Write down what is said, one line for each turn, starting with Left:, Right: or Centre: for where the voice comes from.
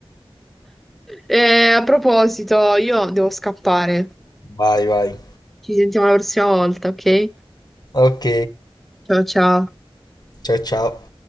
Centre: Eh, a proposito, io devo scappare.
Left: Vai, vai.
Centre: Ci sentiamo la prossima volta, ok?
Left: Ok,
Centre: Ciao ciao.
Left: ciao ciao.